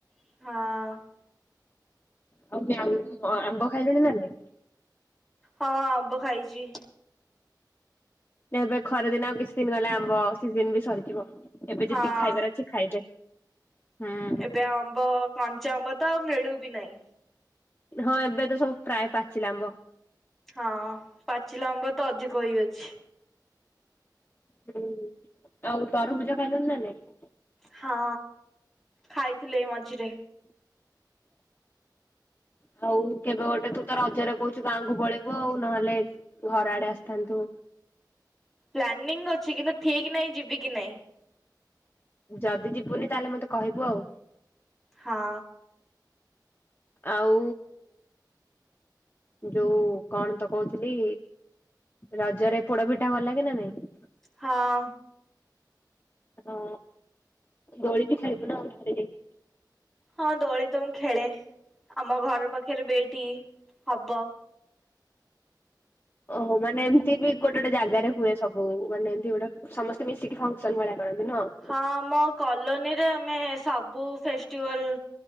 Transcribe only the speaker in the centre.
ହଁ।
ହଁ ଆମ୍ବ ଖାଇଛି।
ହଁ।
ଏବେ ଆମ୍ବ କଞ୍ଚା ଆମ୍ବ ତ ଆଉ ମିଳୁ ବିି ନାଇଁ।
ହଁ ପାଚିଲାଆମ୍ବ ତ ଅଧିକ ହେଇଅଛି।
ହଁ ଖାଇଥିଲେ ମଝିରେ।
ପ୍ଲାନିଂ ଅଛି କିନ୍ତୁ ଠିକ ନାହିଁ ଯିବି କି ନାଇଁ।
ହଁ।
ହଁ।
ହଁ ଦୋଳି ତ ମୁଁ ଖେଳେ ଆମ ଘର ପାଖରେ ବି ଏଇଠି ହବ।
ହଁ ଆମ କଲୋନୀରେ ଆମେ ସବୁ ଫେଷ୍ଟିଭାଲ